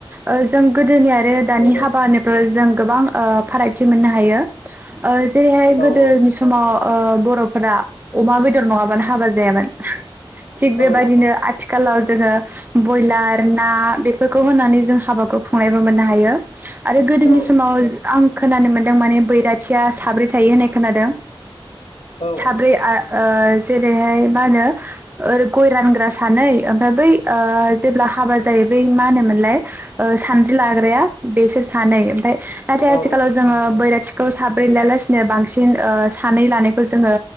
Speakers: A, on the right; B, on the left.
A: ओ जों गोदोनिआ दानि
B: औ औ
A: हाबाानिफ्राव जों गोबां ओ फारागथि मोननो हायो ओ जेरैहाय गोदोनि
B: औ
A: समाव ओ बर फोरा अमा बेदर नङाबानो हाबा जायामोन। थिग बेबायदिनो
B: औ औ
A: आथिखालाव जोङो बयलात ना बेफोरखौ होनानै जों हाबाखौ खुंनायबो मोननो हायो। आरो गोदोनि
B: औ
A: समाव आं खोनानो मोन्दों माने बैरा खायसेया साब्रै थायो होननाय खोनादों।
B: औ
A: साब्रै आ ओ जेरैहाय मा होनो ओ गय रानग्रा सानै ओमफ्राय बै ओ जेब्ला हाबा जायो बै मा होनोमोनलाय ओ सानद्रि लाग्राया बेसोर सानै ओमफ्राय नाथाय
B: औ
A: आथिखालाव जोङो बैराथि खौ साब्रै लायालासिनो बांसिन ओ सानै लानायखौ जोङो